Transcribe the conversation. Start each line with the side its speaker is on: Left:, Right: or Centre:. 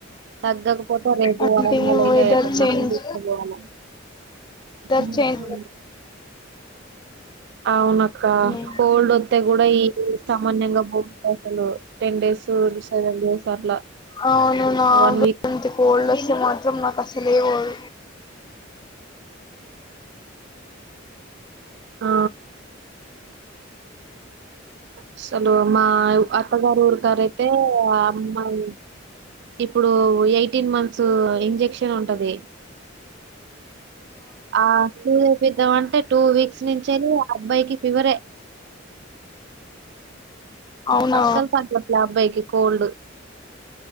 Right: తగ్గకపోతే రేపు
Left: అంటే
Right: వరంగల్ ఇగ
Left: వెదర్
Right: ఏటన్న
Left: చేంజ్
Right: తీస్కపోవాల.
Left: వెదర్
Right: <unintelligible>
Left: చేంజ్
Right: అవునా క్కా
Left: హ్మ్
Right: కోల్డ్స్తే కూడా ఈ సామాన్యంగా, బోవాట్లే అసలు టెన్ డేస్. సెవెన్ డేస్ అట్లా
Left: అవును నాగుడంతే
Right: వన్ వీక్
Left: కోల్డ్ వస్తె మాత్రం. నాకసల్ లేపోవ్
Right: ఆ అసలు మా అత్తగారు ఊరికరైతే. ఆ అమ్మాయి ఇప్పుడు ఎయిటీన్ మంత్స్, ఇంజెక్షన్ ఉంటది. ఆ సుధేపిద్దాం అంటే. టూ వీక్స్ నుంచేలి ఆ అబ్బాయికి ఫీవరే
Left: అవునా
Right: అసల్ తగ్గట్ల అబ్బాయికి కోల్డ్,